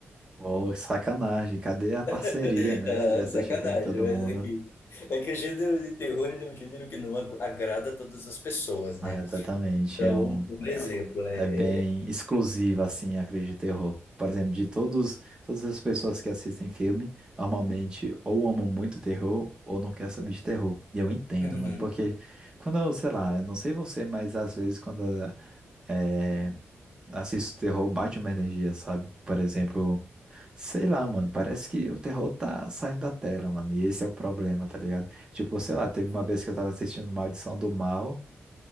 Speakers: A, on the right; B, on the left.
A: Pô, sacanagem. Cadê a parceria,
B: <laughs>
A: né?
B: Ah,
A: De assistir
B: sacanagem,
A: o filme todo
B: mas
A: mundo?
B: é que é que o gênero de terror ele é um gênero que não ag- agrada a todas as pessoas,
A: Ah,
B: né?
A: exatamente.
B: Então,
A: É um,
B: por exemplo,
A: é, um-
B: né?
A: é
B: é-
A: bem exclusiva, assim, a crítica de terror. Por exemplo, de todos, todas as pessoas que assistem filme, normalmente ou amam muito terror ou não quer saber de terror. E eu entendo,
B: Uhum.
A: mano, porque quando eu, sei lá, eu não sei você, mas às vezes quando é, assisto terror, bate uma energia, sabe? Por exemplo, sei lá, mano, parece que o terror tá saindo da tela, mano, e esse é o problema, tá ligado? Tipo, sei lá, teve uma vez que eu tava assistindo Maldição do Mal.